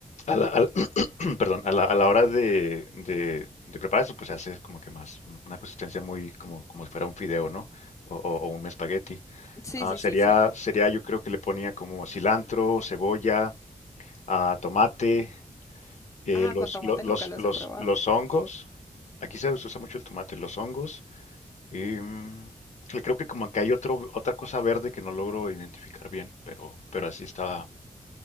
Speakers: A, on the left; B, on the left.
A: a la, al- <clears throat> perdón, a la, a la hora de, de, de preparar eso, pues se hace como que más mm, una consistencia muy como, como si fuera un fideo, ¿no? O, o- o un espagueti.
B: Sí,
A: Ah,
B: sí,
A: sería,
B: sí, sí.
A: sería, yo creo que le ponía como cilantro, cebolla, ah, tomate, eh,
B: Ah,
A: los,
B: con tomate
A: los, los,
B: nunca los
A: los,
B: he probado.
A: los hongos. Aquí se usa mucho el tomate, los hongos. Em, y creo que como que hay otro, otra cosa verde que no logro identificar bien, pero, pero así está